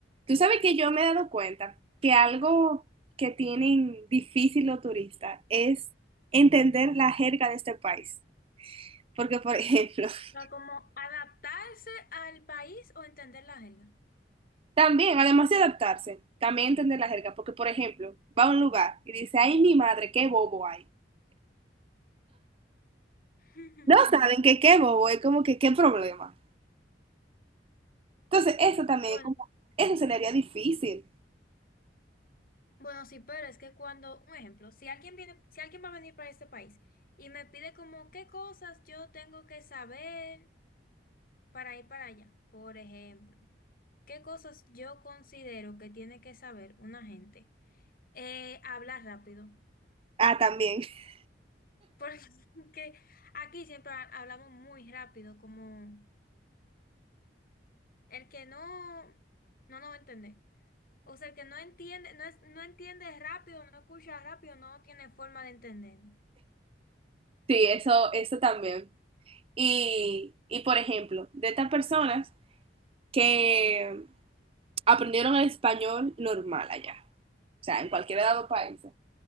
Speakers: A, on the right (about 30°); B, on the left (about 50°).
A: Tú sabes que yo me he dado cuenta que algo que tienen difícil los turistas es entender la jerga de este país. Porque, por ejemplo, <laughs>
B: sea, como adaptarse al país o entender la jerga.
A: también, además de adaptarse, también entender la jerga. Porque, por ejemplo, va a un lugar y dice, ay, mi madre, qué bobo hay.
B: <laughs>
A: No saben que qué bobo es como que qué problema. Entonces, eso también,
B: Bueno,
A: como, eso se le haría difícil.
B: bueno, sí, pero es que cuando, un ejemplo, si alguien viene, si alguien va a venir para este país y me pide como qué cosas yo tengo que saber para ir para allá, por ejemplo, qué cosas yo considero que tiene que saber una gente, Eh, hablar rápido.
A: Ah, también. <laughs>
B: Porque <laughs> aquí siempre ha- hablamos muy rápido, como... El que no, no nos va a entender. O sea, el que no entiende, no es, no entiende rápido, no escucha rápido, no tiene forma de entender.
A: Sí, eso, eso también. Y, y, por ejemplo, de estas personas que aprendieron el español normal allá, o sea, en cualquier de los países.